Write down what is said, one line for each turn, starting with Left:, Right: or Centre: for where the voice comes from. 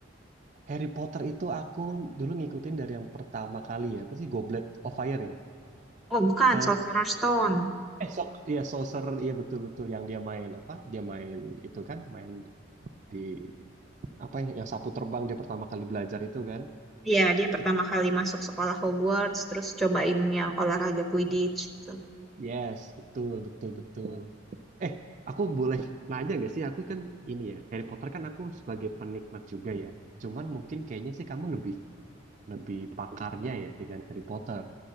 Right: Harry Potter itu aku dulu ngikutin dari yang pertama kali ya. Apa sih Goblet of Fire ya?
Centre: Oh bukan,
Right: Ter
Centre: Sorcerer's Stone.
Right: eh sok iya Sorcerer iya betul-betul yang dia main apa? Dia main itu kan, main di apa ya, yang sapu terbang dia pertama kali belajar itu kan.
Centre: Iya, dia pertama
Right: It-
Centre: kali masuk sekolah Hogwarts terus cobain yang olahraga Quidditch gitu.
Right: Yes, betul betul betul. Eh, aku boleh nanya gak sih? Aku kan ini ya, Harry Potter kan aku sebagai penikmat juga ya. Cuman mungkin kayaknya sih kamu lebih lebih pakarnya ya dengan Harry Potter.